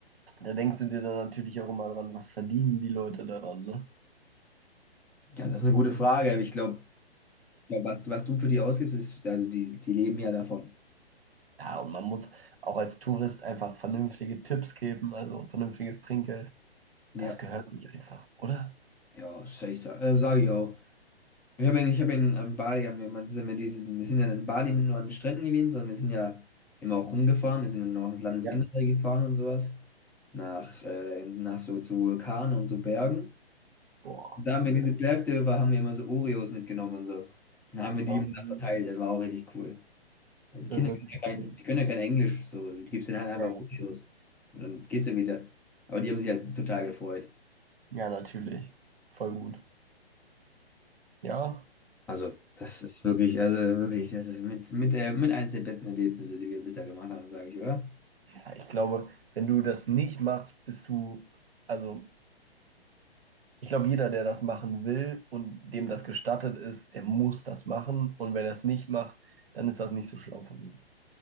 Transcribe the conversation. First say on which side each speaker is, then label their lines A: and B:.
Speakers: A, on the right; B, in the centre.
A: da denkst du dir dann natürlich auch immer dran, was verdienen die Leute daran, ne?
B: Ja, das ist eine gute Frage, aber ich glaube, glaub, glaub, was, was du für die ausgibst, ist, also die, die leben ja davon.
A: Ja, und man muss auch als Tourist einfach vernünftige Tipps geben, also vernünftiges Trinkgeld.
B: Ja,
A: Das gehört sich einfach, oder?
B: ja, safe, sage sag ich auch. Ich habe ich hab ja in, an Bali, haben wir immer, das immer dieses, wir sind ja in Bali nicht nur an den Stränden gewesen, sondern wir sind ja immer auch rumgefahren, wir sind dann auch ins Landesinnere
A: Ja.
B: gefahren und sowas. nach, äh, nach so zu Vulkanen und so Bergen.
A: Boah,
B: Und da haben
A: voll
B: wir diese
A: geil.
B: Bergdörfer, haben wir immer so Oreos mitgenommen und so. Und dann haben wir die
A: Ähm,
B: immer da verteilt. Das war auch richtig cool. Weil die
A: Das
B: Kinder
A: hört
B: können
A: sich
B: ja
A: gut
B: kein,
A: an.
B: die können ja kein Englisch, so. Du gibst denen halt einfach
A: Ja, ja.
B: Oreos. Und dann gehst du wieder. Aber die haben sich halt total gefreut.
A: Ja, natürlich. Voll gut. Ja.
B: Also, das ist wirklich, also wirklich, das ist mit, mit, äh, mit eins der besten Erlebnisse, die wir bisher gemacht haben, sage ich, oder?
A: Ja, ich glaube, wenn du das nicht machst, bist du, also Ich glaube, jeder, der das machen will und dem das gestattet ist, der muss das machen. Und wenn er es nicht macht, dann ist das nicht so schlau von ihm.